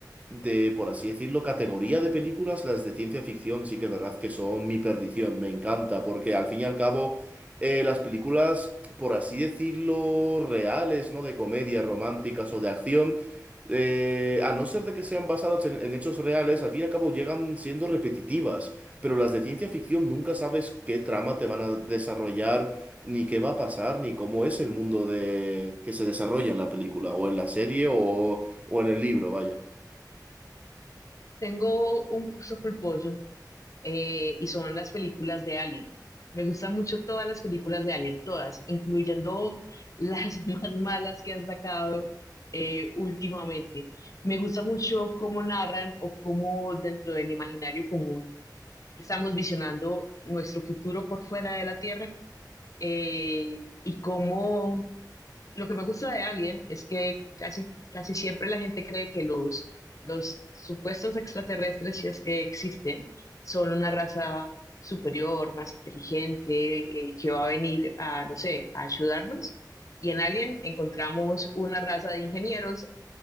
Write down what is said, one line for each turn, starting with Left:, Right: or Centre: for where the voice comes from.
Right: de, por así decirlo, categoría de películas, las de ciencia ficción sí que es verdad que son mi perdición, me encanta, porque al fin y al cabo eh, las películas, por así decirlo, reales, ¿no? De comedia, románticas o de acción, eh, a no ser de que sean basadas en, en hechos reales, al fin y al cabo llegan siendo repetitivas, pero las de ciencia ficción nunca sabes qué trama te van a desarrollar. ni qué va a pasar, ni cómo es el mundo de que se desarrolla en la película, o en la serie, o, o en el libro, vaya.
Left: Tengo un gusto culposo eh, y son las películas de Alien. Me gustan mucho todas las películas de Alien, todas, incluyendo las <laughs> más malas que han sacado eh, últimamente. Me gusta mucho cómo narran o cómo dentro del imaginario común estamos visionando nuestro futuro por fuera de la Tierra eh, y cómo lo que me gusta de Alien es que casi, casi siempre la gente cree que los, los supuestos extraterrestres, si es que existen, son una raza superior, más inteligente, eh, que va a venir a, no sé, a ayudarnos. Y en Alien encontramos una raza de ingenieros